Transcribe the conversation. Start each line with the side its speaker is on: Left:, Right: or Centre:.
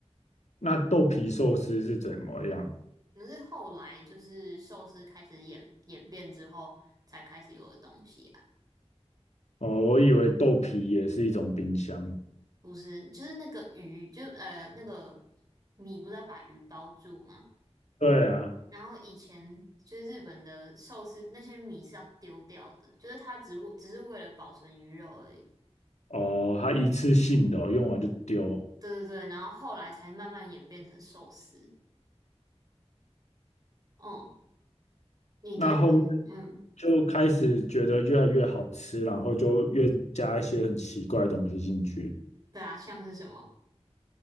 Left: 那豆皮寿司是怎么样？
Right: 可是后来就是寿司开始演演变之后，才开始有的东西啊，
Left: 哦，我以为豆皮也是一种冰箱。
Right: 不是，就是那个鱼，就呃那个米不是要把鱼包住吗？
Left: 对啊，
Right: 然后以前就是日本的寿司那些米是要丢掉的，就是它只为只是为了保存鱼肉而已。
Left: 哦，它一次性的哦用完就丢。
Right: 对对对，然后后来才慢慢演变成寿司。哦，你对这个，
Left: 那后面
Right: 嗯，
Left: 就开始觉得越来越好吃，然后就越加一些很奇怪的东西进去。
Right: 对啊，像是什么？